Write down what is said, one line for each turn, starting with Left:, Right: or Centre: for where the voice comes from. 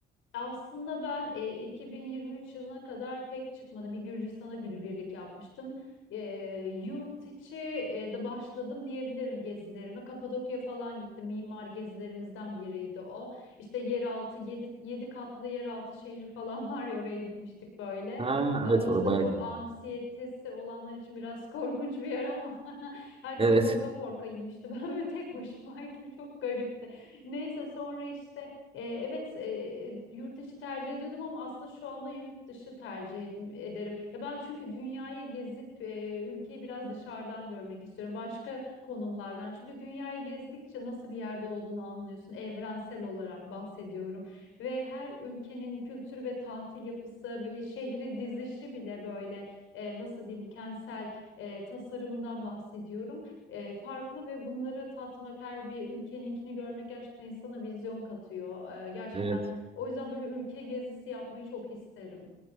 Left: Aslında ben e, 2023 yılına kadar pek çıkmadım. Bir Gürcistan'a günübirlik yapmıştım. E, yurt içi e, de başladım diyebilirim gezilerime. Kapadokya falan gittim. Mimar gezilerimizden biriydi o. İşte yeraltı, yedi 7 katlı yeraltı şehri falan <laughs> var ya oraya gitmiştik böyle.
Right: Ha
Left: E,
Right: evet
Left: orası
Right: orada
Left: da
Right: bayağı
Left: çok
Right: güzel.
Left: anksiyetesi olanlar için biraz <laughs> korkunç bir yer ama <laughs> herkes
Right: Evet
Left: korka korka inmişti. <laughs> Ben böyle tek başımaydım. Çok garipti. Neyse sonra işte e, evet e, yurt içi tercih ediyordum ama aslında şu anda yurt dışı tercih et- ederim. Ya ben çünkü dünyayı gezip e, ülkeyi biraz dışarıdan görmek istiyorum. Başka konumlardan. Çünkü dünyayı gezdikçe nasıl bir yerde olduğunu anlıyorsun. Evrensel olarak bahsediyorum. Ve her ülkenin kültürü ve tatil yapısı ve şehri dizişi bile böyle e, nasıl diyeyim kentsel e, tasarımından bahsediyorum e, farklı ve bunları tatmak her bir ülkeninkini görmek gerçekten insana vizyon katıyor. E, gerçekten
Right: Evet.
Left: o yüzden böyle ülke gezisi yapmayı çok isterim.